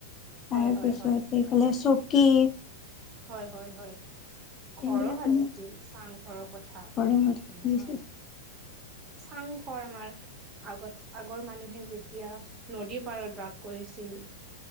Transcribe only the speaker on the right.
হয় হয় হয়
হয় হয় হয়। ঘৰো
সাজিছিল
চাংঘৰৰ কথা,
উম
হয়। চাংঘৰ আমাৰ। আগত আগৰ মানুহে যেতিয়া নদীৰ পাৰত বাস কৰিছিল।